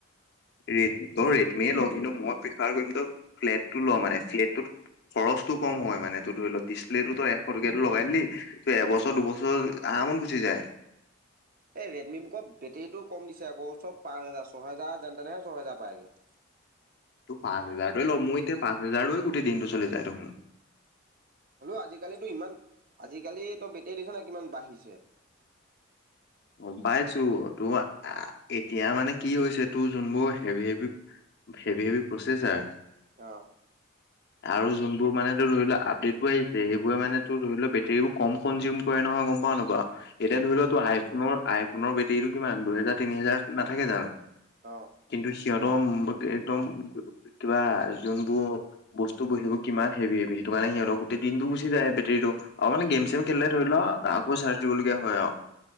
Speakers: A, on the left; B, on the right.
A: ৰেডটৰ ৰেটমিয়ে ল কিন্তু মই প্ৰিফাৰ কৰিম ত ফ্লেটটো ল মানে ফ্লেটটো খৰচটো কম হয় মানে এইটো ধৰি ল ডিছপ্লেততো তই এশ টকীয়াতো লগাই দিলি তোৰ এবছৰ
B: উম
A: দুবছৰ আৰামত গুচি যায়
B: এই ৰেডমি বুক বেটেৰিটো কম দিছে আকৌ চব পাঁচ হেজাৰ ছয়হেজাৰ যেন তেনেহে ছয়হেজাৰ পায় গে।
A: টো পাঁচ হাজাৰ টোৱে ল' মই এতিয়া পাঁচ হাজাৰো গোটেই দিনটো চলি যায় দেখোন
B: হলো আজিকালিতো ইমান আজিকালি তো বেটেৰী দেখিচ নাই কিমান বাঢ়িছে।
A: গম পাইছো তোৰ এতিয়া মানে কি হৈছে তোৰ যোনবোৰ heavy heavy heavy heavy processor
B: অহ
A: আৰু যোনবোৰ মানে তোৰ ধৰি লোৱা আপডেটো আহিছে সেইবোৰে মানে তোৰ ধৰি ল বেটেৰী বোৰ কম কনজিউ কৰে নহয় গম পাওঁ নাপাওঁ। এতিয়া ধৰি লও
B: অ
A: তো আইফোন আইফোনৰ বেটেৰীটো কিমান দুহেজাৰ তিনি হেজাৰ নাথাকে জানো।
B: অহ
A: কিন্তু সিহঁতম একদম কিবা যোনবোৰ বস্তুবোৰ সেইবোৰ কিমান হেভি হেভি সেইটো কাৰণে সিহঁতৰ গোটেই দিনটো গুচি যায় বেটৰীটো আও মানে গেম চেম খেলিলে ধৰি লও আকৌ চাৰ্জ দিবলগীয়া হয় আও